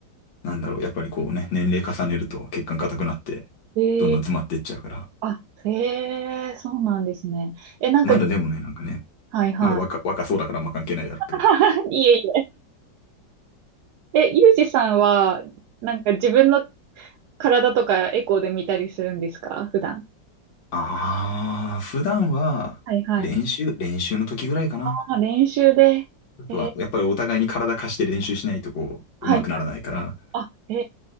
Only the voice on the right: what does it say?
えー、
あ、へえ、そうなんですね。え、なんか、
はいは
い。<laughs> いえいえ。え、ゆうじさんは、なんか自分の体とかエコーで見たりするんですか普段。
はいはい。
あ、練習で。
えー、はい。
あ、へ